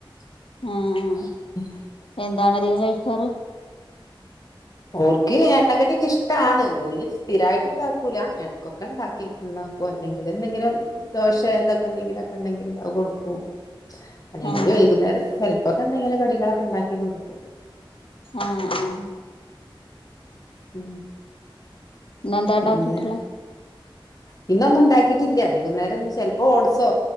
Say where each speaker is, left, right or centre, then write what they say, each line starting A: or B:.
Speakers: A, on the left (about 40°); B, on the left (about 80°).
A: <unintelligible>
B: ആഹ് ആഹ് എന്താണ് അധികം കഴിക്കാറ്
A: ഓൽക്ക് എണ്ണകടിയൊക്കെ ഇഷ്ടാണ് സ്ഥിരായിട്ട് ഇണ്ടാക്കൂല. എടക്കൊക്കെ ഇണ്ടാക്കും. കേക്ക് ഉണ്ടാക്കോ അല്ലെങ്കി പിന്നെ എന്തെങ്കിലും ദോശെ ഇതൊക്കെ എന്തെങ്കിലൊക്കെ ഇണ്ടെങ്കിലി അത് കൊടുക്കും. അല്ലെങ്കില്
B: ആഹ്
A: വൈകുന്നേരം ചെൽപ്പൊക്കെ എന്തെങ്കിലും കടികളൊക്കെ ഇണ്ടാക്കി കൊടുക്കും
B: ആഹ് ആഹ്
A: ഉം
B: ഇന്നെന്താ
A: പിന്നെ
B: ഉണ്ടാക്കിയിട്ടുള്ളെ <inaudible>
A: പിന്നെ ഒന്നും ഇണ്ടാക്കീട്ടില്ല. വൈകുന്നേരം ചെൽപ്പോ ഓട്സോ